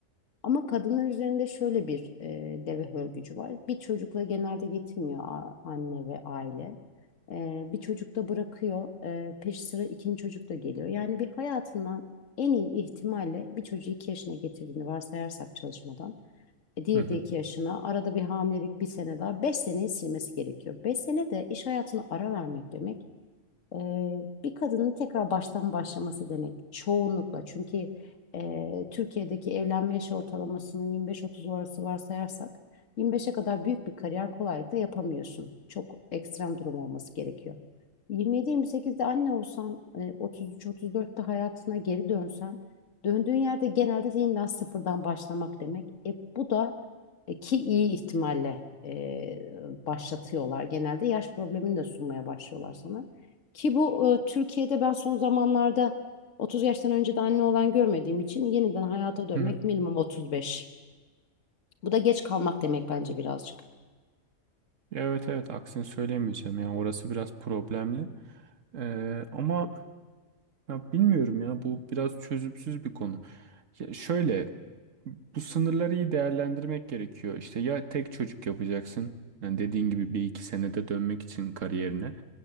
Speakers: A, on the left; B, on the right.
A: Ama kadınlar üzerinde şöyle bir e, deve hörgücü var. Bir çocukla genelde yetinmiyor a- anne ve aile. E, bir çocuk da bırakıyor. E, peşi sıra ikinci çocuk da geliyor. Yani bir hayatından en iyi ihtimalle bir çocuğu iki yaşına getirdiğini varsayarsak çalışmadan. E, diğeri
B: Hı hı.
A: de iki yaşına. Arada bir hamilelik bir sene daha. Beş seneyi silmesi gerekiyor. Beş sene de iş hayatına ara vermek demek. Eee, bir kadının tekrar baştan başlaması demek çoğunlukla. Çünkü eee, Türkiye'deki evlenme yaş ortalamasının 25-30 arası varsayarsak 25'e kadar büyük bir kariyer kolaylıkla yapamıyorsun. Çok ekstrem durum olması gerekiyor. 27-28'de anne olsan, eee, 33-34'te hayatına geri dönsen, döndüğün yerde genelde yeniden sıfırdan başlamak demek. E, bu da e, ki iyi ihtimalle eee, başlatıyorlar. Genelde yaş problemini de sunmaya başlıyorlar sana. Ki bu e, Türkiye'de ben son zamanlarda 30 yaştan önce de anne olan görmediğim için yeniden hayata dönmek
B: Hı hı.
A: minimum 35. Bu da geç kalmak demek bence birazcık.
B: Evet evet aksini söyleyemeyeceğim yani orası biraz problemli. Ee, ama Ya bilmiyorum ya bu biraz çözümsüz bir konu. Ya şöyle bu sınırları iyi değerlendirmek gerekiyor. İşte ya tek çocuk yapacaksın. Yani dediğin gibi bir iki senede dönmek için kariyerine.